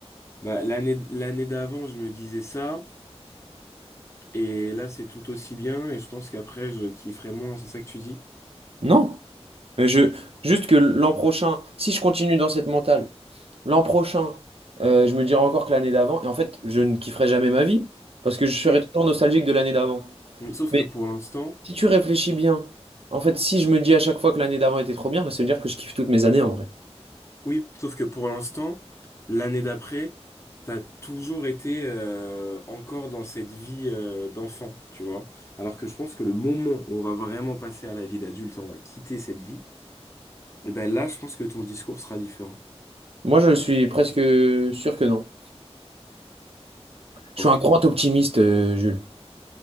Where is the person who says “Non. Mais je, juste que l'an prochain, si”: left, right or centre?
Right